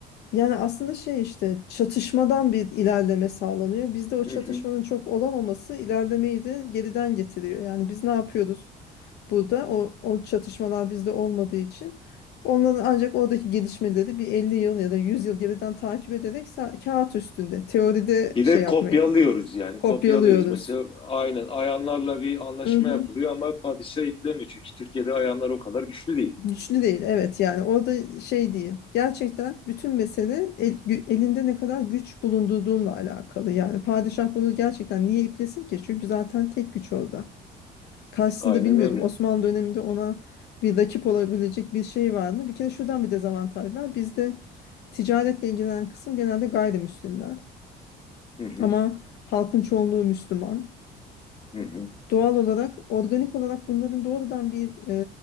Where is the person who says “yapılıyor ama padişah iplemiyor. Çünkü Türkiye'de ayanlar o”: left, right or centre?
Left